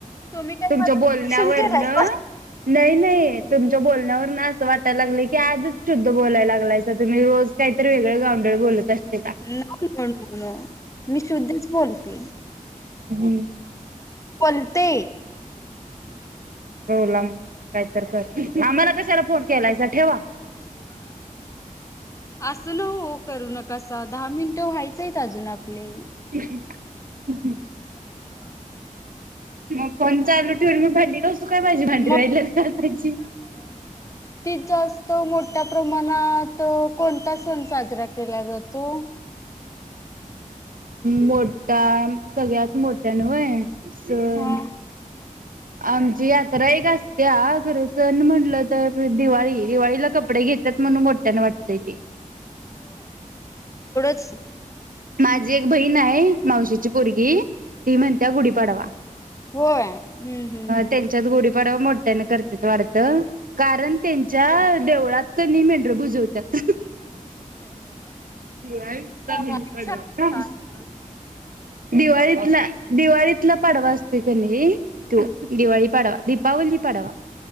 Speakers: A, on the left (about 20°); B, on the right (about 80°).
A: तुम्ही काय
B: तुमच्या
A: माझं
B: बोलंयावरण
A: निरीक्षण केलायसा?
B: नही, नही तुमच्या बोलंयावरण अस वाटया लागय की आजच शुद्ध बोलायला लागलाय तुम्ही रोज काहीतरी वेगळे गाउंडळ बोलत असते का.
A: नो नो नो नो मी शुद्धीश बोलते.
B: हम्म.
A: पलते.
B: बोलाम काहीत कर. आम्हाला कशाला फोन केलायसा ठेवा.
A: असं न हो करू नका. कसा दहा मिनिटं व्हायचंयत अजून आपले.
B: <inaudible>
A: <unintelligible>
B: मग फोन चालू ठेवून मी भांडी घासू काय माझी भांडी
A: मग
B: राहिलित घासायची.
A: ती जास्त मोठ्या प्रमाणात कोणता सण साजरा केला जातो.
B: मोठा सगळ्यात मोठ्या नवय सण
A: हा
B: आमची यात्रा एक असते खरं सण म्हटलं तर दिवाळी दिवाळीला कप कपडे घेत. म्हणून बटण वाटतय ते
A: अच्छा
B: माझी एक बहीण आहे. मावशीची अजपरगी ती म्हणत्या गुढीपाडवा
A: होय हम्म हम्म हम्म
B: त्यांच्यात गुढीपाडवा मोठ्याने करत वाढत कारण त्यांच्या देवळात क म्ह प्रभुज होतात. इथ
A: हा
B: नाय
A: छान छान
B: दिवाळीतला दिवाळीत तला पाडवा असतो कनी तू दिवाळी पाडवा दीपावली पाडवा